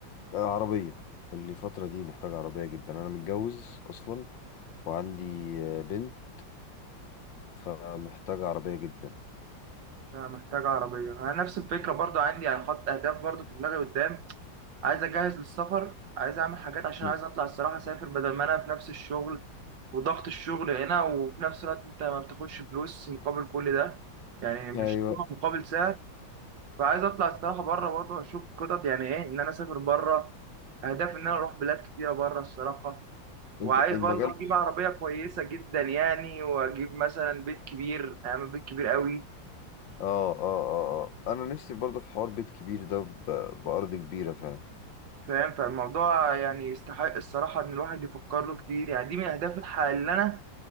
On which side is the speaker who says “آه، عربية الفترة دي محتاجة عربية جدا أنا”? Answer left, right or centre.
Left